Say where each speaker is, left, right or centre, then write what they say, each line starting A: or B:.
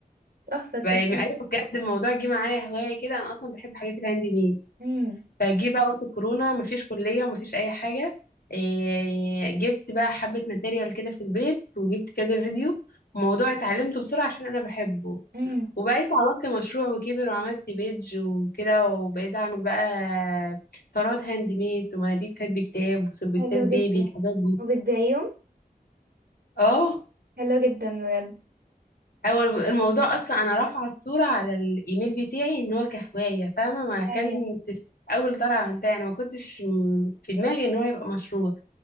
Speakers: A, on the right; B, on the left.
A: تحفة التطبيق
B: ب- ايوه بجد الموضوع جه معايا هواية كده انا اصلا بحب حاجات الهاند ميد
A: امم
B: فجه بقى وقت الكورونا مفيش كلية ومفيش اي حاجة إيه، جبت بقى حبة ماتيريال كده في البيت وجبت كذا فيديو موضوع اتعلمته بسرعة عشان انا بحبه
A: امم
B: وبقيت عملت مشروع وكبر وعملت بيدج وكده وبقيت اعمل بقى طرات هاند ميد ومناديل كاتب كتاب وسربتات
A: حلو
B: بيبي
A: جدا
B: الحاجات دي
A: وبتضايقهم
B: اه
A: حلو جدا بجد
B: هو الموضوع اصلا انا رافعه الصوره على الايميل بتاعي ان هو كهوايه فاهمه ما كان
A: ايوه
B: اول طرعه عملتها انا ما كنتش م- في دماغي ان هو يبقى مشروع